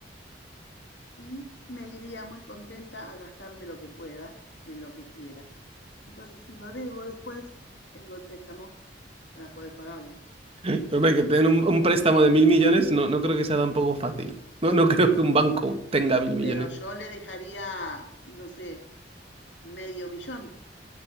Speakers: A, on the left; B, on the right.
A: y me iría muy contenta a gastarme lo que pueda, en lo que quiera. Entonces, si lo debo después, tengo el préstamo para poder pagarlo.
B: <laughs> Hombre, que te den un, un préstamo de mil millones no, no creo que sea tampoco fácil. No, no <laughs> creo que un banco tenga mil millones.
A: Pero yo le dejaría, no sé, medio millón